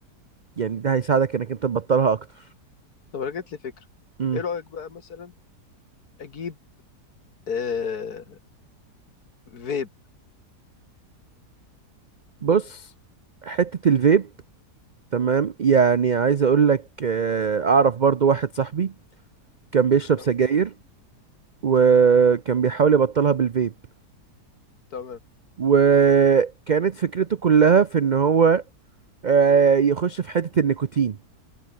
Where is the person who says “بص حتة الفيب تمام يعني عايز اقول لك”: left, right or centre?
Right